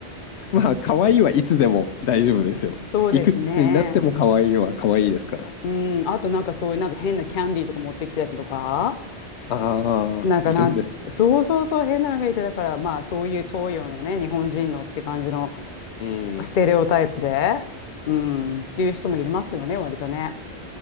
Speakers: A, on the left; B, on the left.
A: まあ、可愛いはいつでも大丈夫ですよ。
B: <laughs> そうですね。
A: いくつになっても可愛いは可愛いですから。
B: うん、あとなんかそういうなんか変なキャンディーとか持ってきたりとか、
A: ああ、
B: なんかなん、
A: いるんですね。
B: そうそうそう変なのがいて、だからまあそういう東洋のね、日本人のって感じの
A: うん、
B: ステレオタイプで、うん、っていう人もいますよね、割とね。